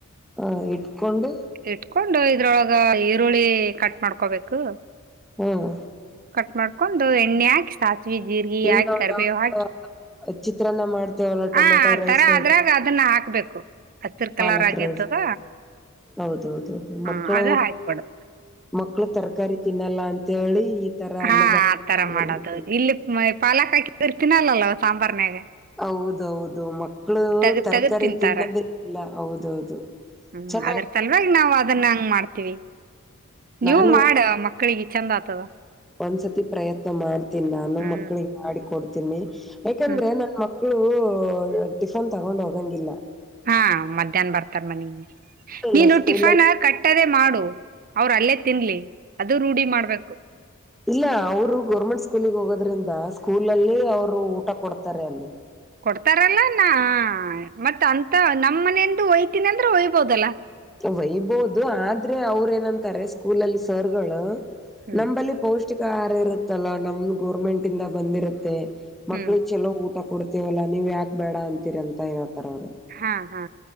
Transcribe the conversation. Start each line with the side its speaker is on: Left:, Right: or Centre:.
Centre: ಹಾ ಇಟ್ಕಕೊಂಡು
Right: ಇಟ್ಕೊಂಡು ಇದ್ರೊಳಗ ಈರುಳ್ಳಿ ಕಟ್ ಮಾಡ್ಕೊಬೇಕು
Centre: ಹ್ಮ್
Right: ಕಟ್ ಮಾಡ್ಕೊಂಡ್ ಎಣ್ಣೆ ಹಾಕಿ ಸಾಸಿವವಿ ಜೀಗ
Centre: ಈಗ
Right: ಹಾಕಿ
Centre: ನಾವ್
Right: ಕರ್ಬೇವು
Centre: ಯಾವ
Right: ಹಾಕಿ
Centre: ಚಿತ್ರಾನ್ನ ಮಾಡ್ತೇವಲ್ಲ
Right: ಹ
Centre: ಟೊಮೆಟೊ
Right: ಆ
Centre: ರೈಸ್
Right: ತರ ಆದ್ರಾಗ ಅದನ್ನ ಹಾಕ್ಬೇಕು ಹಸಿರ್ ಕಲಾರ
Centre: ಪಾಲಕ್
Right: ಆಗಿರ್ತದ
Centre: ರೈಸ್ ಹೌದೌದೌದು ಮಕ್ಕಳು
Right: ಆ ಅದ ಹಾಕ್ಬಿಡು
Centre: ಮಕ್ಳು ತರಕಾರಿ ತಿನ್ನಲ್ಲ ಅಂತೇಳಿ ತರ
Right: ಹಾ
Centre: ಅನ್ನದ
Right: ಆತರ
Centre: ಮಾಡ್ಬಿಡ್ತೀವಿ.
Right: ಮಾಡೋದು ಇಲ್ಲಿ ಪಾಲಕ್ ಹಾಕಿ ಇರ್ತೀನಲ್ಲಲ್ಲವ ಸಾಂಬಾರ್ನಯಾಗೆ
Centre: ಹೌದೌದು ಮಕ್ಕಳು
Right: ತಗದ್
Centre: ತರಕಾರಿ
Right: ತಗದ್ ತಿಂತಾರ
Centre: ತಿನ್ನೋದಿಲ್ಲ ಹೌದೌದು
Right: ಹ್ಮ್
Centre: ಚೆನ್ನಾಗಿ
Right: ಅದ್ರ ತಲ್ವಾಗ ನಾವವು ಅದನ್ನ ಹಂಗ ಮಾಡ್ತೀವಿ ನೀವು
Centre: ನಾನು
Right: ಮಾಡ ಮಕ್ಳಿಗ ಇ ಚಂದಾದತದ
Centre: ಒಂದ್ಸತಿ ಪ್ರಯತ್ನ ಮಾಡ್ತೀನಿ ನಾನು
Right: ಹ್ಮ್
Centre: ಮಕ್ಳಿಗೆ ಮಾಡ ಕೊಡ್ತೀನಿ ಯಾಕಂದ್ರೆ
Right: ಹ್ಮ್
Centre: ನನ್ ಮಕ್ಳು ಮಕ್ಕಳು ಟಿಫನ್ ತಗೊಂಡ್ ಹೋಗಂಗಿಲ್ಲ
Right: ಹ ಮಧ್ಯಾಹ್ ಬರ್ತಾರ ಮನ
Centre: ಇಲ್ಲ
Right: ನೀನು
Centre: ಸ್ಕೂಲಲ್ಲಿ
Right: ಟಿಫನ್ ಕಟ್ಟ ಕಟ್ಟದೇ ಮಾಡು ಅವ್ರ ಅಲ್ಲೇ ತಿನ್ಲಿ ಅದು ರೂಢಿ ಮಾಡ್ಬೇಕು
Centre: ಇಲ್ಲ ಅವರು ಗೌರ್ಮೆಂಟ್ ಸ್ಕೂಲಿಗೆ ಹೋಗೋದ್ರಿಂದ ಸ್ಕೂಲ್ ಅಲ್ಲಿ ಅವ್ರು ಊಟ ಕೊಡ್ತಾರೆ ಅಲ್ಲೇ
Right: ಕೊಡ್ತಾರಲ್ಲ ನಾ ಮತ್ ಅಂತ ನಮ್ಮ ಮನೆೆಯಂದು ಒಯ್ತೀನಿ ಅಂದ್ರೆ ಒಯ್ಬೋದಲ್ಲ
Centre: ವಯಬೋದು ಆದ್ರೆ ಅವ್ರ ಏನಂತಾರೆ ಸ್ಕೂಲ್ಲ್ಲಿ ಸರ್ಗಳು
Right: ಹ್ಮ್
Centre: ನಂಬಲ್ಲಿ ಪೌಷ್ಟಿಕ ಆಹಾರ ಇರುತ್ತಲ್ಲ ನಮ್ದ ಗೋರ್ಮೆಂಟ್ ಇಂದ ಬಂದಿರುತ್ತೆ ಮಕ್ಳಿಗೆಗ್
Right: ಹ್ಮ್
Centre: ಚಲೋ ಊಟ ಕೊಡ್ತೇವಲ್ಲಾ ನೀವ್ ಯಾಕ ಬೇಡ ಅಂತೀರ ಅಂತ ಹೇಳ್ ರದು
Right: ಹಾ ಹಾ